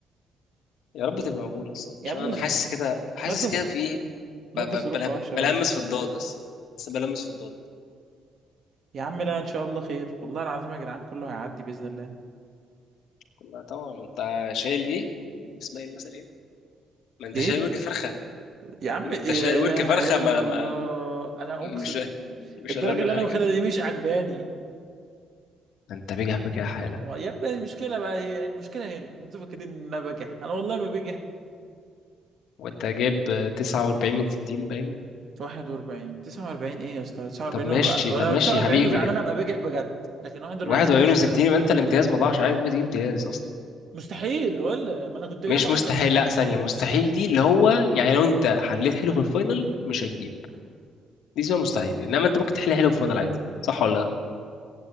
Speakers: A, on the left; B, on the right.
A: يا رب
B: ز...
A: تبقى مقبول اصلا
B: يا
A: عشان
B: ابني
A: انا
B: ز...
A: حاسس كده حاسس
B: ماده
A: كده
B: ز...
A: في ايه
B: ماده
A: ب-
B: ظروفها
A: ب- بل-
B: وحشه
A: بلمس
B: قوي
A: في الضاد بس بس بلمس في الضاد
B: يا عم لا ان شاء الله خير والله العظيم يا جدعان كله هيعدي باذن الله
A: لا طبعا انت شايل ايه اسمها ايه المثل ايه ما انت
B: ايه
A: شايل ورك فرخه
B: يا عم
A: ما
B: يا
A: انت شايل ورك
B: اله
A: فرخه
B: الا
A: ما
B: الله
A: ما
B: انا اقسم
A: مش مش
B: الدرجه
A: هلم من
B: اللي
A: حاجه
B: انا واخدها دي مش عجباني
A: انت بجح بجاحة
B: و- يا ابني المشكله بقى هي المشكله هنا إن انتوا فاكرين ان انا بجح انا والله ما بجح
A: وانت جايب تسعة وأربعين من ستين باين
B: 41 49 ايه يا اسطى 49
A: طب ماشي
B: وابقى انا
A: طب
B: لو
A: ماشي
B: 49
A: يا حبيبي
B: وزعلان ابقى بجح بجد لكن 41
A: واحد
B: دي
A: وأربعين
B: مش
A: من ستين
B: حلوه
A: يبقى انت الامتياز ما ضاعش عادي ممكن تجيب امتياز أصلا
B: مستحيل ولا ما انا كنت جايب
A: مش
B: 41
A: مستحيل لا ثانية مستحيل دي اللي هو يعني لو انت حليت حلو في الفاينل مش هتجيب دي اسمها مستحيل انما انت ممكن تحل حلو في الفاينل عادي صح ولا لا